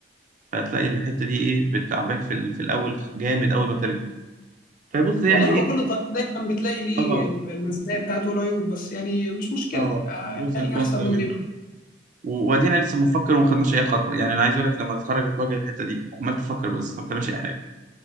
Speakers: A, on the right; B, on the left.
A: فهتلاقي الحته دي ايه بتعباك في, ال... في الاول جامد اول ما ترجع فبص يعني
B: والله هو
A: ايه
B: كل طريق دايما بتلاقي ليه
A: اه
B: المزايا بتاعته والعيوب بس يعني مش مشكله
A: اه
B: آه،
A: بروز
B: خليك
A: اند كونز
B: احسن
A: زي
B: من
A: ما بيقولوا
B: غيره
A: و- وادينا لسه بنفكر وما خدناش اي خطوه يعني انا عايز اقول لك لما تتخرج هتواجه الحته دي عمال تفكر بس ما بتعملش اي حاجه